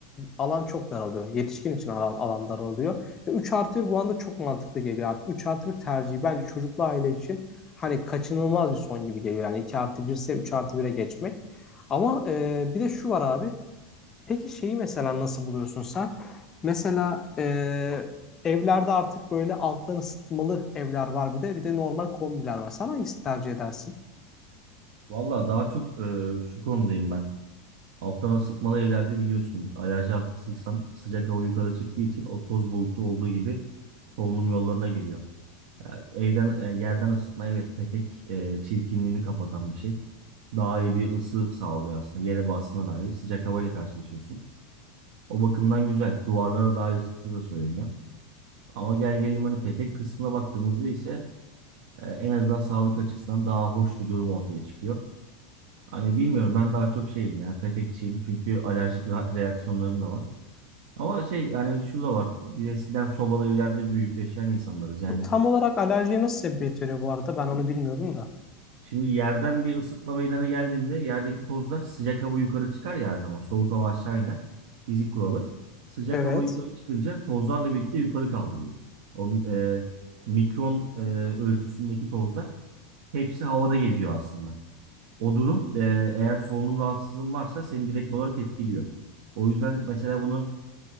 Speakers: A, on the left; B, on the right.
A: alan çok daralıyor. Yetişkin için alan, alan daralıyor. Ve 3 artı bir bu anda çok mantıklı geliyor artık. üç artı bir tercihi bence çocuklu aile için hani kaçınılmaz bir son gibi geliyor. Yani 2 artı 1 ise 3 artı bire geçmek. Ama e, bir de şu var abi. Peki şeyi mesela nasıl buluyorsun sen? Mesela e, evlerde artık böyle alttan ısıtmalı evler var bir de. Bir de normal kombiler var. Sen hangisini tercih edersin?
B: Valla daha çok e, şu konudayım ben. Alttan ısıtmalı evlerde biliyorsun alerji hastasıysan sıcak hava yukarı çıktığı için o toz bulutu olduğu gibi solunum yollarına giriyor. Yani evden e, yerden ısıtma evet petek e, çirkinliğini kapatan bir şey. daha iyi bir ısı sağlıyor aslında. Gene basına dair sıcak havayla karşılaşıyorsun. O bakımdan güzel. Duvarlara daha iyi ısıttığı da söyleniyor. Ama gel gelelim hani petek kısmına baktığımızda ise e, en azından sağlık açısından daha hoş bir durum ortaya çıkıyor. Hani bilmiyorum ben daha çok şeyim ya petekçiyim çünkü alerjik ra- reaksiyonlarım da var. Ama şey yani şu da var biz eskiden sobalı evlerde büyüyüp yaşayan insanlarız yani
A: Bu tam olarak alerjiye nasıl sebebiyet veriyor bu arada? Ben onu bilmiyordum da.
B: Şimdi yerden bir ısıtma meydana geldiğinde yerdeki tozlar sıcak hava yukarı çıkar ya her zaman. Soğuk hava aşağı iner. Fizik kuralı. Sıcak
A: Evet.
B: hava yukarı çıkınca tozlarla birlikte yukarı kaldırıyor. O e, mikron e, ölçüsündeki tozlar hepsi havada geziyor aslında. O durum e, eğer solunum rahatsızlığın varsa seni direkt olarak etkiliyor. O yüzden mesela bunu